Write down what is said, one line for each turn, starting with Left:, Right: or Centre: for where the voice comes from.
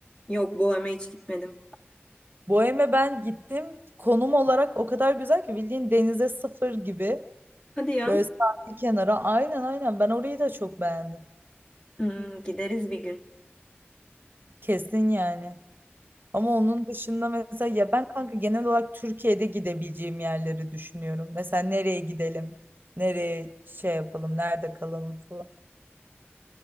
Left: Yok Bohem'e hiç gitmedim.
Right: Bohem'e ben gittim. Konum olarak o kadar güzel ki bildiğin denize sıfır gibi.
Left: Hadi ya.
Right: Böyle sahil kenara. Aynen aynen. Ben orayı da çok beğendim.
Left: Hmm, gideriz bir gün.
Right: Kesin yani. Ama onun dışında mesela ya ben kanka genel olarak Türkiye'de gidebileceğim yerleri düşünüyorum. Mesela nereye gidelim? Nereye şey yapalım? Nerede kalalım falan.